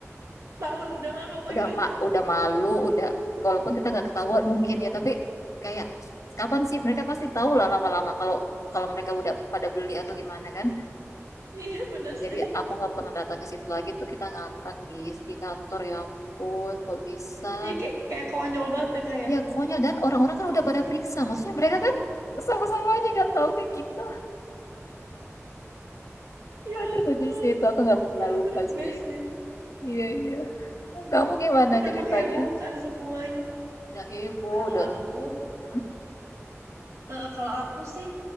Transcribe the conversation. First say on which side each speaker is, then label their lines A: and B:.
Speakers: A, on the right (about 80°); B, on the left (about 75°).
A: Malu, udah malu apa
B: udah
A: gimana,
B: ma
A: <laughs> Kak?
B: udah malu udah walaupun kita nggak ketahuan mungkin ya tapi kayak kapan sih mereka pasti tahu lah lama-lama kalau kalau mereka udah pada beli atau gimana kan
A: Iya, bener
B: jadi
A: sih.
B: aku nggak pernah datang ke situ lagi tuh kita ngakak di di kantor ya ampun nggak bisa
A: Iya, kayak, kayak konyol banget ya, Kak, ya.
B: ya konyol dan orang-orang kan udah pada periksa maksudnya mereka kan sama-sama aja nggak tahu ke kita
A: Ya
B: aduh
A: ampun.
B: lucu sih itu aku nggak pernah
A: Iya,
B: lupa
A: bener best
B: sih
A: sih.
B: iya iya kamu gimana
A: Udah
B: ceritanya
A: menghebohkan semuanya.
B: udah heboh
A: Kalau
B: udah
A: aku,
B: hmm?
A: eh, kalau aku sih,